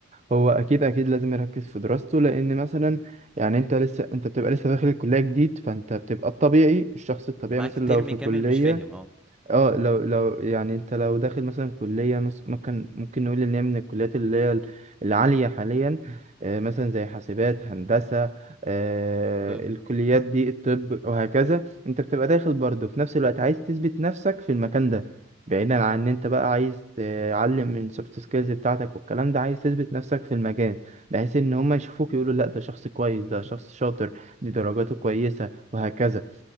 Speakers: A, on the right; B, in the centre.
A: هو اكيد اكيد لازم يركز في دراسته لان مثلا يعني انت لسه انت بتبقى لسه داخل الكليه جديد فانت بتبقى الطبيعي الشخص الطبيعي
B: انت معاك
A: مثلا
B: ترم
A: لو في
B: كامل
A: كليه
B: مش فاهم اه
A: اه لو لو يعني انت لو داخل مثلا كلية مس- ممكن ممكن نقول ان هي من الكليات اللي هي ال- العالية حاليا آه، مثلا
B: مم.
A: زي حاسبات هندسة آه،
B: طب
A: الكليات دي الطب وهكذا انت بتبقى داخل برضه في نفس الوقت عايز تثبت نفسك في المكان ده بعيدا عن ان انت بقى عايز تعلم من سوفت سكيلز بتاعتك والكلام ده عايز تثبت نفسك في المكان بحيث ان هم
B: مم.
A: يشوفوك يقولوا لا ده شخص كويس ده شخص شاطر دي درجاته كويسة وهكذا